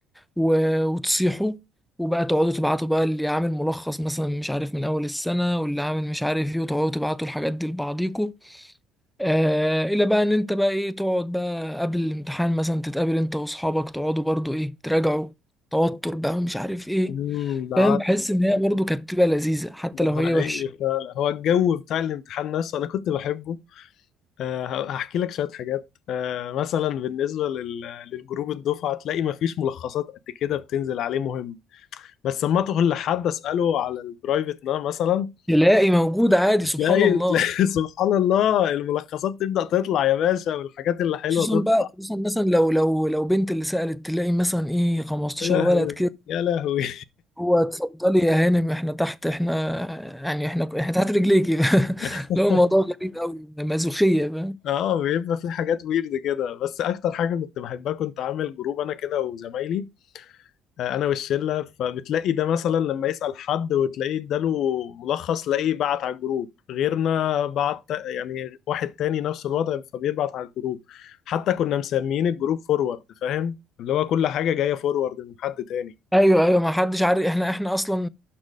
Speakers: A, in the centre; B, on the left.
A: و- وتصيحوا وبقى تقعدوا تبعتوا بقى اللي عامل ملخص مثلا مش عارف من اول السنه واللي عامل مش عارف ايه وتقعدوا تبعتوا الحاجات دي لبعضيكوا آه الى بقى ان انت بقى ايه تقعد بقى قبل الامتحان مثلا تتقابل انت واصحابك تقعدوا برضو ايه تراجعوا توتر بقى ومش عارف ايه
B: أمم، ده
A: فاهم بحس ان هي برضو كانت بتبقى لذيذه حتى
B: ده
A: لو
B: حقيقي
A: هي وحشه
B: فعلا هو الجو بتاع الامتحان نفسه انا كنت بحبه آه، ه- هحكي لك شويه حاجات آه، مثلا بالنسبه لل- للجروب الدفعه تلاقي ما فيش ملخصات قد كده بتنزل عليه مهم بس لما تقول لحد اساله على البرايفت ده مثلا
A: تلاقي موجود عادي سبحان
B: تلاقي
A: الله
B: تلاقي <laughs> سبحان الله الملخصات تبدا تطلع يا باشا والحاجات اللي حلوه
A: خصوصا
B: تطلع
A: بقى خصوصا مثلا لو لو لو بنت اللي سألت تلاقي مثلا ايه 15
B: يا لهوي
A: ولد كده
B: يا لهوي
A: هو اتفضلي يا هانم احنا تحت احنا يعني احنا احنا تحت رجليكي <laughs>
B: <laughs>
A: لو الموضوع غريب قوي مازوخيه
B: اه بيبقى في حاجات ويرد كده بس اكتر حاجه كنت بحبها كنت عامل جروب انا كده وزمايلي آه، انا والشله فبتلاقي ده مثلا لما يسال حد وتلاقيه اداله ملخص تلاقيه بعت على الجروب غيرنا بعت يعني واحد تاني نفس الوضع فبيبعت على الجروب حتى كنا مسميين الجروب فورورد فاهم اللي هو كل حاجه جايه فورورد من حد تاني
A: ايوه ايوه ما حدش عارف احنا احنا اصلا